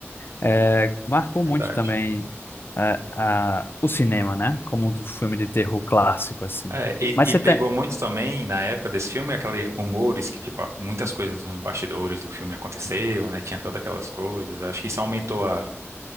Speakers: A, on the left (about 50°); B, on the right (about 80°).
A: É, marcou
B: Verdade.
A: muito também é, a, o cinema, né? Como um filme de terror clássico, assim.
B: É, e,
A: Mas
B: e
A: você
B: pegou
A: tem.
B: muito também, na época desse filme, aqueles rumores que, tipo, muitas coisas nos bastidores do filme aconteceu, né, tinha todas aquelas coisas. Acho que isso aumentou a,